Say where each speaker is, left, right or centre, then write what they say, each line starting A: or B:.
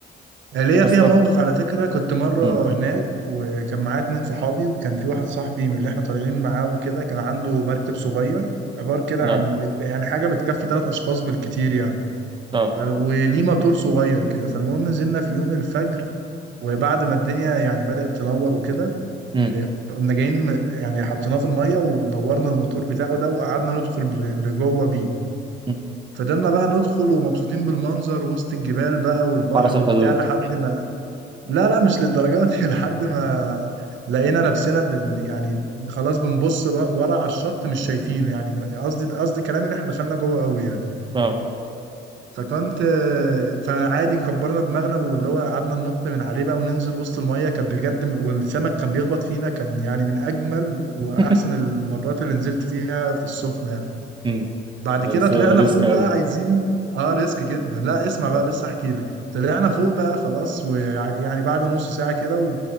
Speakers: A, on the right; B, on the right.
A: آه، ليا
B: اسطى
A: فيها موقف على فكره كنت مره
B: مم.
A: هناك وكان معايا اتنين صحابي وكان في واحد صاحبي من اللي احنا طالعين معاه وكده كان عنده مركب صغير عبارة كده
B: نعم
A: عن يعني حاجة بتكفي تلات أشخاص بالكتير يعني
B: نعم
A: ف... وليه موتور صغير كده فالمهم نزلنا في يوم الفجر وبعد ما الدنيا يعني بدأت تنور وكده
B: مم.
A: ب- قمنا جايين م- يعني حطيناه في الميه ودورنا الموتور بتاعه ده وقعدنا ندخل بل- لجوه بيه
B: مم.
A: فضلنا بقى ندخل ومبسوطين بالمنظر وسط الجبال بقى والبحر
B: حرس الحدود
A: وبتاع لحد ما لا لا مش للدرجات <laughs> دي لحد ما لقينا نفسنا بن يعني خلاص بنبص و- ورا على الشط مش شايفينه يعني قصدي قصدي كلامي ان احنا دخلنا جوه قوي يعني
B: نعم
A: فكنت آه، فعادي كبرنا دماغنا واللي هو قعدنا ننط من عليه بقى وننزل وسط المية كانت بجد م- والسمك كان بيخبط فينا كان يعني من أجمل وأحسن
B: <laughs>
A: المرات اللي نزلت فيها في السخنة يعني
B: مم.
A: بعد
B: بس
A: كده طلعنا
B: ريسك
A: فوق
B: قوي
A: بقى عايزين اه ريسك جدا لا اسمع بقى
B: آه.
A: لسه احكي لك طلعنا فوق بقى خلاص ويعني بعد نص ساعة كده